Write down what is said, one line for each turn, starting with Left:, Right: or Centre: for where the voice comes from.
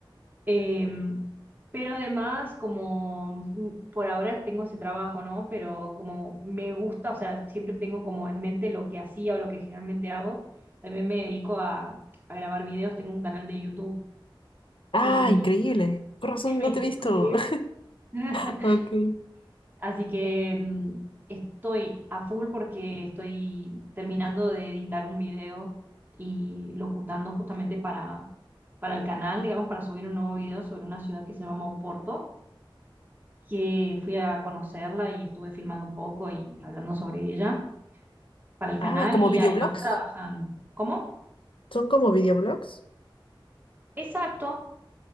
Right: Em, pero además, como mm, por ahora tengo ese trabajo, ¿no? Pero como me gusta, o sea, siempre tengo como en mente lo que hacía o lo que generalmente hago. También me dedico a, a grabar videos, tengo un canal de YouTube
Left: Ah,
Right: y
Left: increíble. Por razón,
Right: <laughs> mis
Left: no te
Right: tiempos
Left: he visto.
Right: libres.
Left: <laughs>
Right: <laughs>
Left: Ok.
Right: Así que mm, estoy a full porque estoy terminando de editar un video y locutando justamente para, para el canal, digamos, para subir un nuevo video sobre una ciudad que se llama Oporto que fui a conocerla y estuve filmando un poco y hablando sobre ella para el canal
Left: Ah, ¿como
Right: y
Left: videoblogs?
Right: además trabajando. ¿Cómo?
Left: ¿Son como videoblogs?
Right: Exacto.